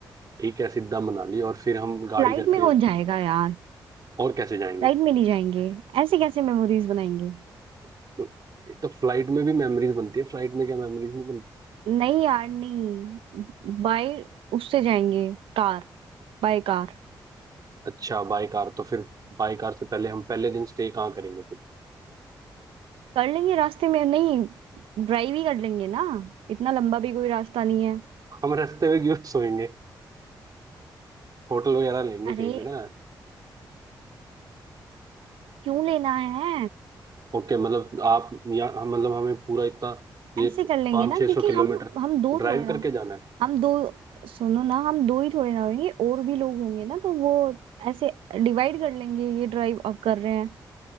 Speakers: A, on the right (about 45°); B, on the right (about 85°).
A: ठीक है सीधा मनाली और फिर हम गाड़ी
B: फ्लाइट
A: करके
B: में कौन जाएगा यार
A: और कैसे जाएंगे
B: फ्लाइट में नहीं जाएंगे ऐसे कैसे मेमोरीज बनाएंगे
A: तो, तो फ्लाइट में भी मेमोरीज बनती है फ्लाइट में क्या मेमोरीज नहीं
B: नहीं यार नहीं बाय उससे जाएंगे कार By car
A: अच्छा बाई कार तो फिर बाई कार से पहले हम पहले दिन स्टे कहाँ करेंगे फिर
B: कर लेंगे रास्ते में नहीं ड्राइव ही कर लेंगे ना इतना लंबा भी कोई रास्ता नहीं है
A: हम रास्ते में क्यों सोएंगे होटल वगैरह लेंगे
B: अरे
A: कहीं पे ना
B: क्यों लेना है
A: ओके मतलब आप या हम मतलब हमें पूरा इतना ये
B: ऐसे कर लेंगे
A: पाँच
B: ना
A: छः
B: क्योंकि
A: सौ किलोमीटर
B: हम हम दो
A: ड्राइव
B: थोड़े
A: करके
B: ना
A: जाना
B: हम दो सुनो ना हम दो ही थोड़े ना होंगे और भी लोग होंगे ना तो वो ऐसे डिवाइड कर लेंगे ये ड्राइव अब कर रहे हैं